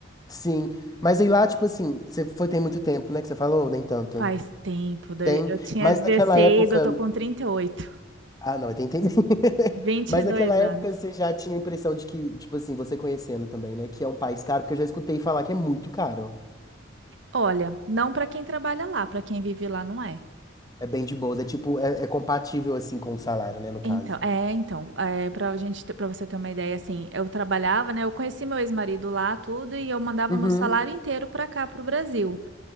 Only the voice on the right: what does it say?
Faz tempo, daí-
eu tinha
16,
eu tô com trinta e oito
vinte
e dois
anos.
Olha, não para quem trabalha lá, para quem vive lá não é.
Então, é, então, é, para gente, para você ter uma ideia, assim, eu trabalhava, né? Eu conheci meu ex-marido lá, tudo, e eu mandava
meu salário inteiro para cá, para o Brasil.